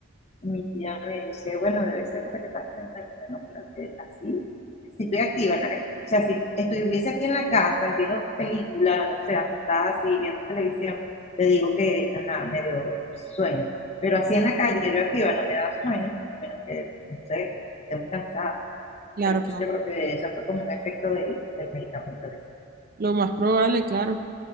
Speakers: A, on the left (about 30°); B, on the right (about 45°).
A: mi tía me dice, bueno, debe ser porque te pasas en realidad, no, pero que así, si estoy activa en la o sea, si estuviese aquí en la casa viendo películas, no sé, acostada así, viendo televisión, le digo que, ajá, me dio sueño. Pero así en la calle, yo activa, no me da sueño, a menos que, no sé, esté muy cansada.
B: Claro,
A: Pero entonces
B: claro.
A: yo creo que eso fue como un efecto del, del medicamento.
B: Lo más probable, claro.